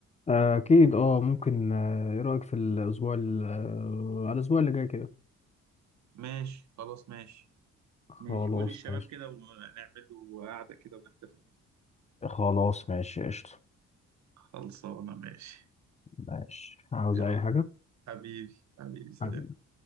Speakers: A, on the left; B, on the right.
A: أكيد أه ممكن آه، إيه رأيك في الأسبوع ال- آه، على الأسبوع اللي جاي كده
B: ماشي خلاص ماشي
A: خلاص
B: ماشي قول للشباب
A: ماشي
B: كده ونعمل له قعدة كده ونحتفل بيه
A: خلاص ماشي قشطة
B: خلصانة ماشي
A: ماشي عاوز
B: يلا
A: أي حاجة
B: حبيبي حبيبي سلام
A: حبيبي.